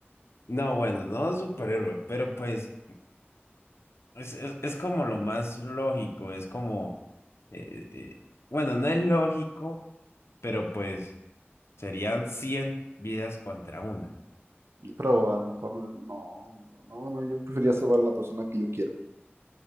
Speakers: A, on the left (about 75°); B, on the right (about 75°).
A: No, bueno, no superhéroe, pero pues. Es, es, es como lo más lógico, es como, eh, eh, bueno, no es lógico, pero pues serían 100 vidas contra una.
B: Y, pero a lo mejor no, no, no, no, yo preferiría salvar a la persona que yo quiero,